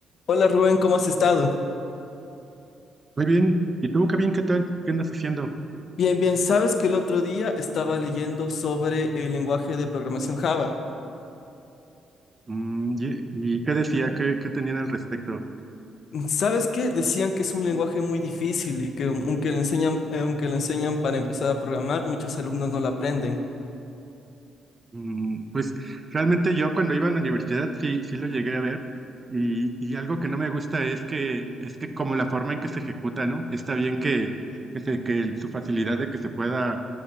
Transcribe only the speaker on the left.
Hola Rubén, ¿cómo has estado?
Bien, bien, sabes que el otro día estaba leyendo sobre el lenguaje de programación Java.
¿Sabes qué? Decían que es un lenguaje muy difícil y que aunque le enseñan, eh, aunque le enseñan para empezar a programar, muchos alumnos no lo aprenden.